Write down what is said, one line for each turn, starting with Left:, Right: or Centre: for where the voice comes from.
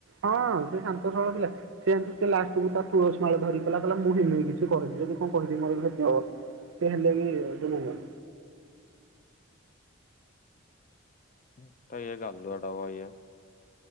Right: ହଁ ସେ ଶାନ୍ତ ସରଳ ଥିଲା। ସେ ଜାଣିଚୁ ସେ ଲାଷ୍ଟକୁ ତା ତୁଳସି ମାଳ ଧରିକି କହିଲା କହିଲା ମୁଁ ହେମିତି କିଛି କହିନି। ଯଦି କଣ କହିଥିବି ମୋର କ୍ଷତି ହବ। ସେ ହେଇଲାଗି ସେ ମଙ୍ଗୁନି।
Left: ଏଟା ଇଏ ଗାଲୁଆଟା ମ ଇଏ।